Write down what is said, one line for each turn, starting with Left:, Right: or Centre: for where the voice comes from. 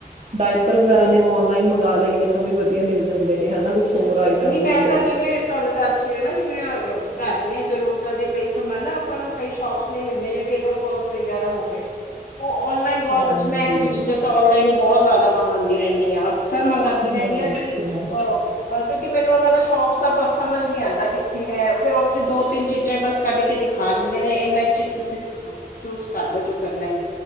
Right: ਡਾਇਪਰ ਵਗੈਰਾ
Left: ਹਮ
Right: ਨੇ ਉਹ ਓਨਲਾਈਨ ਮੰਗਾ, ਲਈ ਦੇ ਨੇ। ਉਹ ਵੀ, ਵਧੀਆ ਮਿਲ ਜਾਂਦੇ ਨੇ ਹਨਾ ਕੁ।
Left: ਹਾਂ
Right: ਹੋਰ, ਆਈਟਮ
Left: ਨਹੀਂ ਮੈਂ
Right: ਕੁਛ।
Left: ਤਾਂ ਜਿਵੇਂ ਤੁਹਾਨੂੰ ਦੱਸ ਰਹੀ ਆ ਨਾ, ਜਿਵੇਂ ਘਰ ਦੀਆਂ ਜ਼ਰੂਰਤਾਂ ਦੇ ਕਈ ਸਮਾਨ ਨਾ ਆਪਾਂ ਨੂੰ ਕਈ ਸ਼ੋਪਸ ਨਹੀਂ ਮਿਲਦੀਆਂ, ਜਾਂ ਟੇਬਲ ਕਲੋਥ ਵਗੈਰਾ ਹੋ ਗਏ। ਉਹ ਔਨਲਾਈਨ
Right: ਹਾਂਜੀ
Left: ਬਹੁਤ ਅੱਛਾ, ਮੈਂ ਇਹੋ ਜਿਹੀ ਚੀਜ਼ਾਂ ਤਾਂ ਔਨਲਾਈਨ ਹੀ ਬਹੁਤ ਜ਼ਿਆਦਾ ਮੰਗਵਾਉਂਦੀ ਰਹਿੰਦੀ ਹਾਂ। ਸਰ ਮੰਗਵਾਉਂਦੀ ਰਹਿੰਦੀ
Right: ਹੋਰ
Left: ਹਾਂ, ਕਿ
Right: ਕਿਆ
Left: ਅਹ ਕਿਉਂਕਿ ਮੈਨੂੰ ਉਹਨਾਂ ਦਾ ਸ਼ੌਕ ਤੁਹਾਨੂੰ ਸਮਝ ਨਹੀਂ ਆਉਂਦਾ, ਕਿੱਥੇ ਹੈ, ਫਿਰ - ਫਿਰ ਦੋ ਤਿੰਨ ਚੀਜ਼ਾਂ ਬਸ ਕੱਢ ਕੇ ਦਿਖਾ ਦਿੰਦੇ ਨੇ, ਇੰਨਾ ਇਚ ਹੀ ਤੁਸੀਂ ਚੂਜ ਕਰਲੋ ਜੋ ਕਰਨਾ,